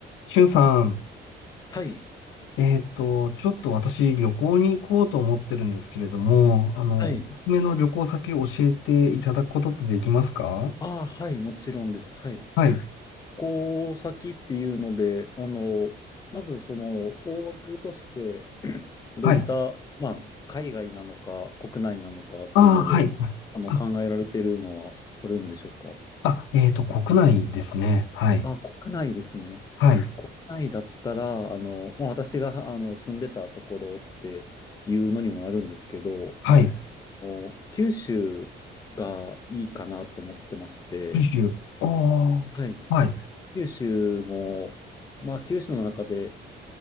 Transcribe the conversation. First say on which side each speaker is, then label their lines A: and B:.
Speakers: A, on the left; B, on the left.
A: しゅんさん、
B: はい。
A: えっと、ちょっと私旅行に行こうと思ってるんですけれども、あの、
B: はい。
A: おすすめの旅行先を教えていただくことってできますか
B: ああ、はい。もちろんです。はい。
A: はい。
B: こう先っていうので、あの、まずその大枠として <clears throat> どういった、
A: はい。
B: まあ、海外なのか国内なのかっていうので、
A: ああ、はい。
B: あの、
A: あ、
B: 考えられているのはあるんでしょうか。
A: あえっと、国内ですね。はい。
B: あ、国内ですね。
A: はい。
B: 国内だったら、あの、まあ、私があの住んでたところっていうのにもなるんですけど、
A: はい。
B: お九州がいいかなと思ってまして、
A: 九州。おー。
B: はい。
A: はい。
B: 九州も、まあ九州の中で、